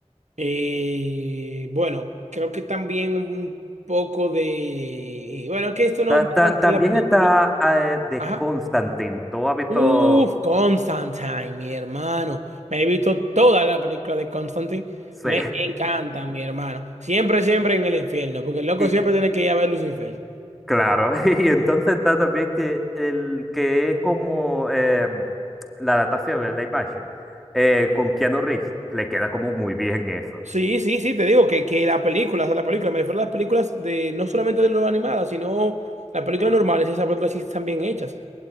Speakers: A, on the right; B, in the centre.
A: eh, bueno, creo que también un poco de. Bueno, que esto no
B: Ta-
A: entra
B: ta-
A: tanto
B: también
A: en la película.
B: está eh, de
A: Ajá.
B: Constantine, ¿tú has visto?
A: Uf, Constantine, mi hermano. Me he visto toda la película de Constantine.
B: Sí.
A: Me encanta, mi hermano. Siempre, siempre en el infierno, porque el loco
B: <laughs>
A: siempre tiene que ir a ver Lucifer.
B: Claro, <laughs> y entonces está también que el que es como em, la adaptación, de live action, eh, con Keanu Reeves, le queda como muy bien eso.
A: Sí, sí, sí, te digo que, que la película, o sea, la película, me refiero a las películas de, no solamente de lo animadas, sino las películas normales, esas películas sí están bien hechas.